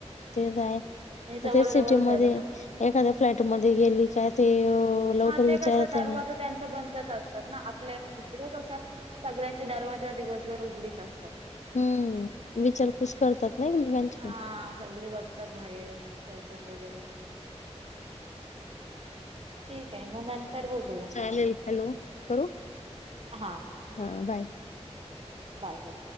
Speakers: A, on the left; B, on the right.
A: तेच आहे
B: आणि जवळ
A: तेच सिटी
B: जवळ घर
A: मध्ये
B: ना
A: एखाद्या फ्लॅट मध्ये गेली का ते लवकर
B: हा
A: विचारत
B: ते कसा दरवाजा
A: नाही
B: त्यांचा बंद. असतात ना आपल्या इकडे कसा सगळ्यांचे दरवाजा दिवसभर उघडीच असतात.
A: हम्म विचारपूस करतात ना एकमेकांची
B: हा सगळे बसतात बाहेर. रे ठीक आहे मग. बोलूया
A: चालेल हॅलो करू
B: हा
A: हा बाय.
B: Bye bye.